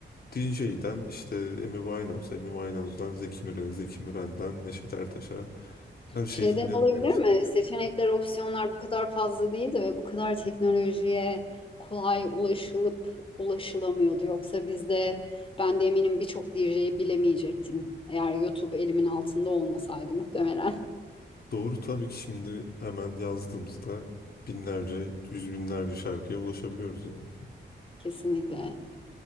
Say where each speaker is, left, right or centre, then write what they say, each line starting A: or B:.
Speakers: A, on the left (about 55°); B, on the left (about 30°).
A: DJ'den işte Amy Winehouse, Amy Winehouse'dan Zeki Müren, Zeki Müren'den Neşet Ertaş'a her şeyi
B: Şeyden
A: dinliyoruz
B: olabilir
A: gerçekten.
B: mi? Seçenekler, opsiyonlar bu kadar fazla değildi ve bu kadar teknolojiye kolay ulaşılıp ulaşılamıyordu. Yoksa bizde ben de eminim birçok DJ'yi bilemeyecektim. Eğer YouTube elimin altında olmasaydı muhtemelen. <laughs>
A: Doğru tabii ki şimdi hemen yazdığımızda binlerce, yüz binlerce şarkıya ulaşabiliyoruz yani.
B: Kesinlikle.